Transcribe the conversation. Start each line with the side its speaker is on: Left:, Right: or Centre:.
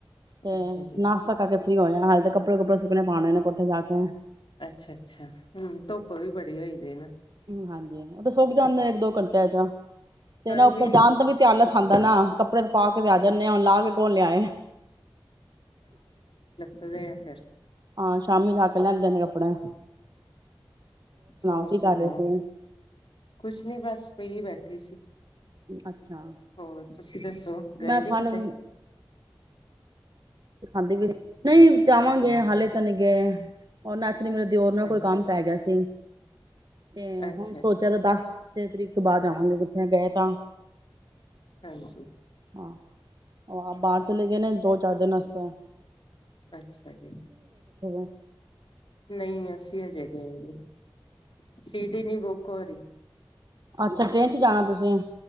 Right: ਤੇ
Left: ਅੱਛਾ ਜੀ
Right: ਨਾਸ਼ਤਾ ਕਰਕੇ ਫ੍ਰੀ ਹੋ ਜਾ ਹਾਲ ਤੇ ਕੱ ਪੜ ਕਪੜ ਸੁੱਕਣੇੇ ਪਾਣਾਨਾਂ ਕੁਟ ਚ ਜਾਾ ਕੇ
Left: ਅੱਛਾ ਅੱਛਾ ਹਮ ਧੁੱਪ ਵੀ ਬੜੀ ਹੋਈਦੀ ਨਾ
Right: ਹਾਂਜੀ ਉਹ ਤੇ ਸੁੱਕ ਜਾਂਦੇ ਇੱਕ ਦੋ ਘੰਟਿਆਂ ਚ ਤੇ
Left: ਹਾਂਜੀ
Right: ਨਾ ਉੱਪਰ ਜਾਣ ਦਾ ਵੀ ਧਿਆ ਲਸਉਂਦਾ ਨਾ ਕੱਪੜੇ ਪਾ ਕੇ ਵੀ ਆ ਜਾਂਦੇ ਹ ਹੁਣ ਲਾਹ ਕੇ ਬੋਲਿਆ ਹੈ
Left: ਸਦੇ ਫਿਰ
Right: ਹਾਂ ਸ਼ਾਮੀ ਜਾ ਕੇ ਲੈਂਦੇ ਨੇ ਕੱਪੜੇ
Left: ਹੋਰ
Right: ਕੀ
Left: ਸੁਣਾਓ
Right: ਕਰ ਰਹੇ ਸੀ
Left: ਕੁਛ ਨੀ ਬਸ ਫੀ ਬੈਠੀ ਸੀ
Right: ਅੱਛਾ
Left: ਹੋਰ ਤੁਸੀਂ ਦੱਸੋ ਗਏ
Right: ਮੈਂ
Left: ਨੇ
Right: ਖਾਣ
Left: ਕਿਤੇ
Right: ਖਾਂਦੀ ਵੀ ਨਹੀਂ ਜਾਵਾਂਗੇ
Left: ਅੱਛਾ ਅੱਛਾ
Right: ਹਾਲੇ ਤਾਂ ਨਹੀ ਗਏ ਉਹਨਾਂ ਮੇਰੇ ਦਿਓਰ ਨਾਲ ਕੋਈ
Left: ਅੱਛਾ
Right: ਕੰਮ
Left: ਜੀ
Right: ਪੈ ਗਿਆ ਸੀ ਤੇ
Left: ਅੱਛਾ
Right: ਹੁਣ ਸੋਚਿਆ
Left: ਜੀ
Right: ਤਾਂ ਦਸ ਤੇ ਤਰੀਕ ਤੋਂ ਬਾਅਦ ਜਾਵਾਂਗੇ ਕਿੱਥੇ ਗਏ ਤਾਂ
Left: ਹਾਂਜੀ
Right: ਹਾਂ ਉਹ ਬਾਹਰ ਚਲੇ ਗਏ ਨੇ ਦੋ ਚਾਰ ਦਿਨ ਕੁੱਤਾ
Left: ਅੱਛਾ ਜੀ
Right: ਗਏ
Left: ਨਹੀਂ ਅੱਸੀ ਹੋ ਜਾਏਗੀ ਤੇ ਸਿਡੀੀ ਨਵ ਉ ਕੋੋਰੀ
Right: ਅੱਛਾ ਟ੍ਰੇਨ ਚ ਜਾਣਾ ਤੁਸੀਂ